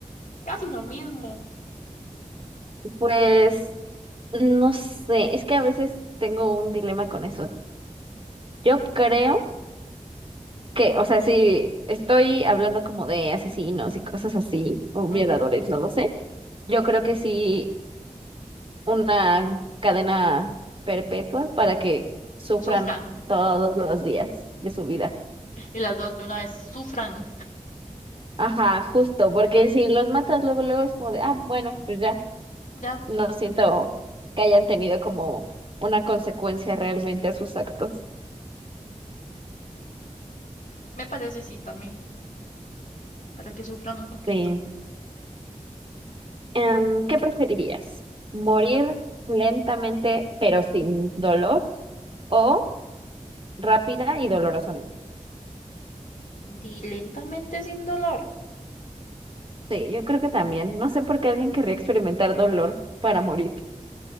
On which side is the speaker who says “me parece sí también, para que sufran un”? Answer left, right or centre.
Left